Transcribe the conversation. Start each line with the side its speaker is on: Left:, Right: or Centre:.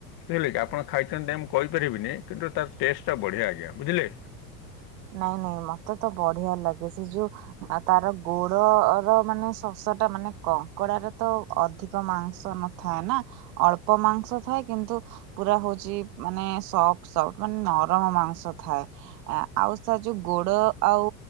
Left: ବୁଝିଲେ କି ଆପଣ ଖାଇଛନ୍ତି ନାହିଁ ମୁଁ କହିପାରିବିନି କିନ୍ତୁ ତାର ଟେଷ୍ଟଟା ବଢ଼ିଆ ଆଜ୍ଞା ବୁଝିଲେ।
Right: ନାଇଁ ନାଇଁ ମତେ ତ ବଢିଆ ଲାଗେ ସେ ଯୋଉ ଆଉ ତାର ଗୋଡର ମାନେ ଶସ ଟା ମାନେ କଙ୍କଡାରେ ତ ଅଧିକ ମାଂସ ନ ଥାଏ ନା, ଅଳ୍ପ ମାଂସ ଥାଏ କିନ୍ତୁ ପୁରା ହଉଛି ମାନେ ସଫ୍ଟ ସଫ୍ଟ ମାନେ ନରମ ମାଂସ ଥାଏ। ଆଁ ଆଉ ସେ ଯୋଉ ଗୋଡ ଆଉ